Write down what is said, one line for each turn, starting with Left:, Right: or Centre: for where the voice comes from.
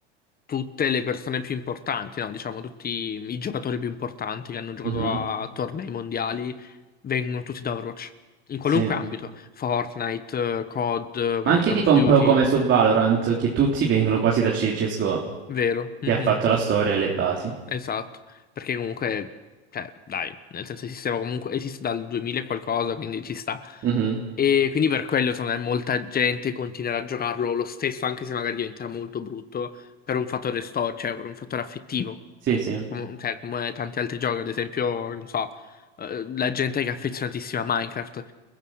Left: tutte le persone più importanti, no, diciamo tutti i giocatori più importanti che hanno giocato
Right: Mhm.
Left: a tornei mondiali vengono tutti da Overwatch, in qualunque
Right: Sì. Ma
Left: ambito, Fortnite, COD, quindi
Right: anche
Left: Call
Right: tipo
Left: of
Right: un
Left: Duty.
Right: po' come su Valorant, che tutti vengono quasi da CSGO,
Left: Vero, mhm,
Right: che ha fatto la storia e le basi.
Left: Esatto, perché comunque, cioè, dai, nel senso il sistema comunque esiste dal 2000 e qualcosa, quindi ci sta.
Right: Mhm.
Left: E quindi per quello, secondo me, molta gente continuerà a giocarlo lo stesso, anche se magari diventerà molto brutto, per un fattore storico, cioè per un fattore affettivo,
Right: Sì, sì.
Left: come, cioè, come tanti altri giochi, ad esempio, non so, eh, la gente che è affezionatissima a Minecraft.